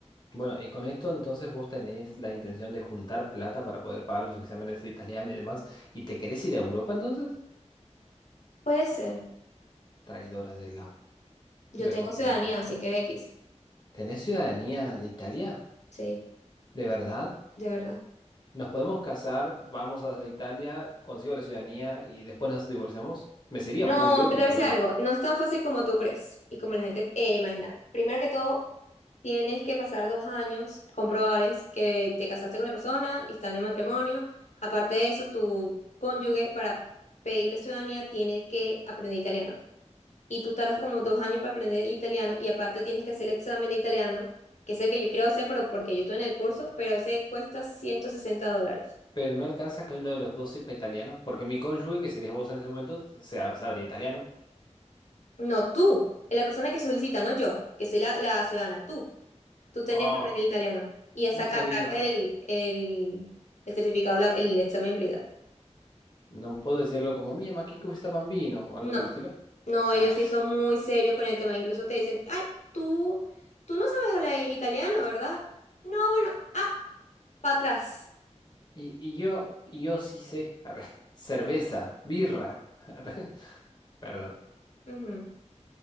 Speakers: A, on the left; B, on the left.
A: Bueno, y con esto entonces vos tenés la intención de juntar plata para poder pagar los exámenes de italiano y demás, y te querés ir a Europa entonces,
B: Puede ser.
A: traidora de la,
B: Yo
A: del
B: tengo
A: continente.
B: ciudadanía, así
A: ah.
B: que X.
A: ¿Tenés ciudadanía de Italia?
B: Sí,
A: ¿De verdad?
B: de verdad.
A: ¿Nos podemos casar? Vamos a Italia, consigo la ciudadanía y después nos divorciamos. Me sería
B: No,
A: muy útil,
B: pero es
A: créeme.
B: algo, no es tan fácil como tú crees y como la gente eh, imagina. Primero que todo, tienes que pasar dos años, comprobarles que te casaste con la persona y están en matrimonio. Aparte de eso, tu cónyuge para pedir la ciudadanía tiene que aprender italiano. Y tú tardas como dos años para aprender italiano y aparte tienes que hacer el examen de italiano, que es el que yo quiero hacer, pero porque yo estoy en el curso, pero ese cuesta 160 dólares.
A: Pero no alcanza que uno de los dos sepa italiano, porque mi cónyuge, que serías vos en ese momento, se- sabría italiano.
B: No, tú, la persona que solicita, no yo, que soy la, la ciudadana, tú. Tú tendrías
A: Ah,
B: que aprender italiano y a sacar
A: no sabía.
B: el, el, el certificado, la- el examen PLIDA.
A: No puedo decirlo como mia, ma che gusta bambino o algo
B: No,
A: por el estilo.
B: no,
A: Ah,
B: ellos sí son muy serios con el tema. Incluso te dicen, ay, tú, tú no sabes hablar i- italiano, ¿verdad? No, bueno, ah, para atrás.
A: y, y yo, y yo sí sé. Arre. Cerveza, birra. <laughs> Arre. Perdón.
B: Ujú.